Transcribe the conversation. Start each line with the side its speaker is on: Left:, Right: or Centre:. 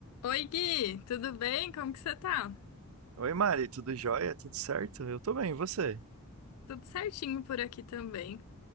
Left: Oi, Gui, tudo bem? Como que você tá?
Right: Oi, Mari, tudo jóia? Tudo certo? Eu tô bem, e você?
Left: Tudo certinho por aqui também.